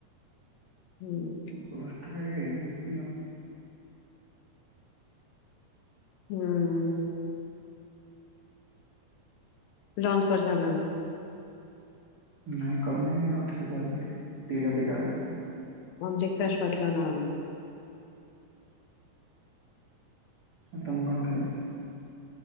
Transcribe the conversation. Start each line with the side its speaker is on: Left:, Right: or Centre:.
Left: ହୁଁ।
Right: ପ୍ଲସ ଟୁରେ ଆଗ ଏକଜାମ ଦେଇଥିଲ।
Left: ହୁଁ। ଲଞ୍ଚ କରିସାରିଲନି?
Right: ନାଇଁ କରିନି ଆଉ ଟିକେଏ କରିବି ଦିଇଟା ଦିଇଟା ଅଧେ।
Left: କଣ ବ୍ରେକ ଫାଷ୍ଟ କରିଥିଲ ନା କଣ?
Right: ତମେ କଣ ଖାଇଲ?